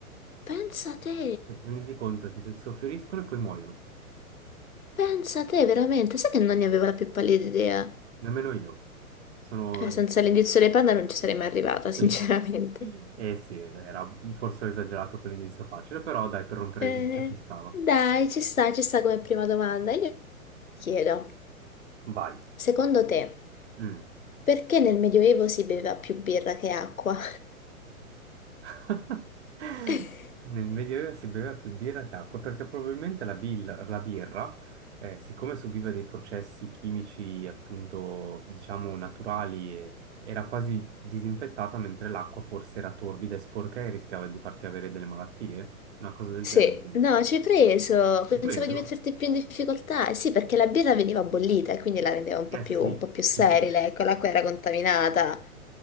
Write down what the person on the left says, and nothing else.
Pensa a te.
Pensa te, veramente, sai che non ne avevo la più pallida idea?
Eh, senza l'indizio dei panda non ci sarei mai arrivata, <laughs> sinceramente.
Eh,
dai, ci sta, ci sta come prima domanda. Io ti chiedo,
secondo te,
perché nel Medioevo si beveva più birra che acqua?
<laughs>
Sì,
no, ci hai preso, pensavo
di metterti più in difficoltà. Eh Sì, perché la birra veniva bollita e quindi la rendeva un po'
più,
un po' più sterile,
ecco, l'acqua era contaminata.